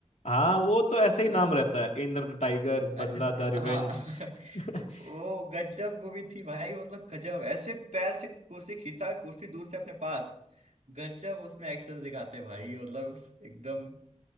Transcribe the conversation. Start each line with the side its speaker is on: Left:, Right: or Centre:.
Left: हाँ वो तो ऐसे ही
Right: है ना
Left: नाम
Right: वो
Left: रहता है Indra the tiger
Right: अच्छा
Left: Badla the revenge
Right: हाँ <laughs>
Left: <laughs>
Right: वो गजब मूवी थी भाई मतलब गजब ऐसे पैर से कुर्सी खींचता कुर्सी दूर से अपने पास गजब उसमें एक्शन दिखाते भाई मतलब एकदम